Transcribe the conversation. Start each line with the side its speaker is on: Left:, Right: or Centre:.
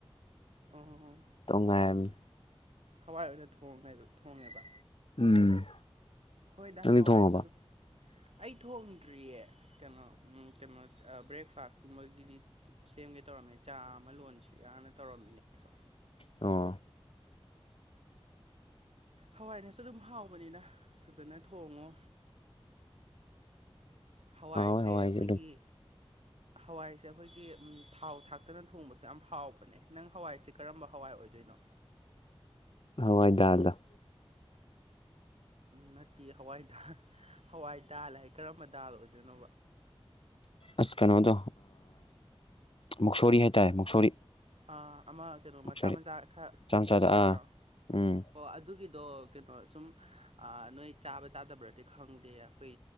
Right: ꯑꯣ
Left: ꯇꯣꯡꯉꯥꯏꯔꯝꯃꯤ
Right: ꯍꯋꯥꯏ ꯑꯣꯏꯅ ꯊ ꯊꯣꯡꯉꯦꯕ
Left: ꯎꯝ
Right: ꯍꯣꯏꯗ
Left: ꯅꯪꯗꯤ
Right: ꯍꯋꯥꯏꯔꯁꯨ
Left: ꯊꯣꯡꯉꯕ
Right: ꯑꯗꯨꯝ ꯑꯩ ꯊꯣꯡꯗ꯭ꯔꯤꯌꯦ ꯀꯩꯅꯣ ꯀꯩꯅꯣ ꯕ꯭ꯔꯦꯛꯐꯥꯁꯀꯨꯝꯕꯒꯤꯗꯤ ꯁꯦꯝꯒꯦ ꯇꯧꯔꯝꯃꯦ ꯆꯥ ꯑꯃ ꯂꯣꯟꯁꯤꯔꯅ ꯇꯧꯔꯝꯃꯤꯅꯦ ꯑꯩꯁꯨ
Left: ꯑꯣ
Right: ꯍꯋꯥꯏꯅꯁꯨ ꯑꯗꯨꯝ ꯍꯥꯎꯕꯅꯤꯅ ꯐꯖꯅ ꯊꯣꯡꯉꯣ ꯍꯋꯥꯏꯁꯦ
Left: ꯍꯥꯎꯋꯦ
Right: ꯑꯩꯈꯣꯏꯒꯤ
Left: ꯑꯗꯨꯝ
Right: ꯍꯋꯥꯏꯁꯦ ꯑꯩꯈꯣꯏꯒꯤ ꯊꯥꯎ ꯊꯥꯛꯇꯅ ꯊꯣꯡꯕꯁꯦ ꯌꯥꯝ ꯍꯥꯎꯕꯅꯦ ꯑꯦ ꯅꯪ ꯍꯋꯥꯏꯁꯤ ꯀꯔꯝꯕ ꯍꯋꯥꯏ ꯑꯣꯏꯗꯣꯏꯅꯣ
Left: ꯍꯋꯥꯏ ꯗꯥꯜꯗꯣ
Right: ꯅꯠꯇꯦ ꯍꯋꯥꯏ ꯗꯥꯔ ꯍꯋꯥꯏ ꯗꯥꯜ ꯍꯥꯏ ꯀꯔꯝꯕ ꯗꯥꯜ ꯑꯣꯏꯗꯣꯏꯅꯣ
Left: ꯑꯁ ꯀ ꯅꯣꯗꯣ ꯃꯨꯛꯁꯣꯔꯤ ꯍꯥꯏꯇꯥꯔꯦ ꯃꯨꯛꯁꯣꯔꯤ
Right: ꯑꯃ ꯀꯩꯅꯣ
Left: ꯃꯨꯛꯁꯣꯔꯤ
Right: ꯃꯆꯥ ꯃꯆꯥ ꯈꯔ ꯀꯨꯞꯄꯗꯨ
Left: ꯃꯆꯥ ꯃꯆꯥꯗ
Right: ꯅꯠꯇ꯭ꯔꯣ
Left: ꯑꯥ ꯎꯝ
Right: ꯑꯣ ꯑꯗꯨꯒꯤꯗꯣ ꯀꯩꯅꯣ ꯁꯨꯝ ꯅꯣꯏ ꯆꯥꯕ ꯇꯥꯗꯕ꯭ꯔꯗꯤ ꯈꯪꯗꯦ ꯑꯩꯈꯣꯏ